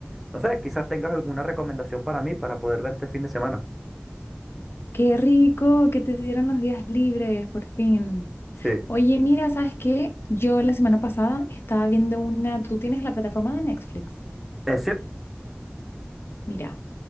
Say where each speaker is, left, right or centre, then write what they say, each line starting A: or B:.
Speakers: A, in the centre; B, on the left.
A: no sé, quizás tengas alguna recomendación para mí para poder ver este fin de semana.
B: Qué rico que te dieron los días libres, por fin.
A: Sí,
B: Oye, mira, ¿sabes qué? Yo la semana pasada estaba viendo una, tú tienes la plataforma de Netflix.
A: es
B: Mira,